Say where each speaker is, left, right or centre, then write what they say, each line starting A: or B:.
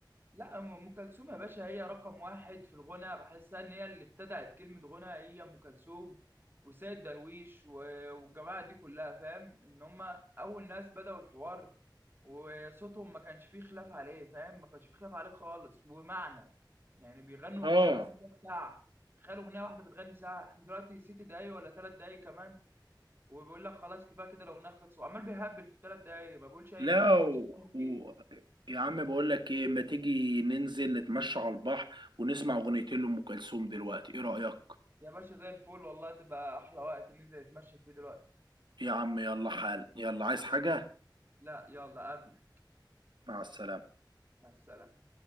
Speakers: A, on the right; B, on the right.
A: لا ام كلثوم يا باشا هي رقم واحد في الغنى بحسها ان هي اللي ابتدعت كلمة غنى هي ام كلثوم وسيد درويش و- والجماعة دي كلها فاهم ان هم اول ناس بدأوا الحوار وصوتهم ما كانش فيه خلاف عليه فاهم ما كانش فيه خلاف عليه خالص ومعنى يعني بيغنوا
B: اه
A: اغنية مثلا تلات ساعة تخيل اغنية واحدة بتغني ساعة احنا دلوقتي ست دقايق ولا تلات دقايق كمان وبيقول لك خلاص كفايه كده لو نخلص وعمال بيهبل في ثلاث دقايق ما بقولش اي
B: لا
A: كلام ما بقولش
B: و...
A: كلام
B: و...
A: فيه
B: يا عم بقول لك ايه ما تيجي ننزل نتمشى على البحر ونسمع اغنيتين لام كلثوم دلوقتي ايه رايك
A: يا باشا زي الفل والله تبقى احلى وقت ننزل نتمشى فيه دلوقتي
B: يا عم يلا حال يلا عايز حاجه
A: لا يلا قبل
B: مع السلامه
A: مع السلامه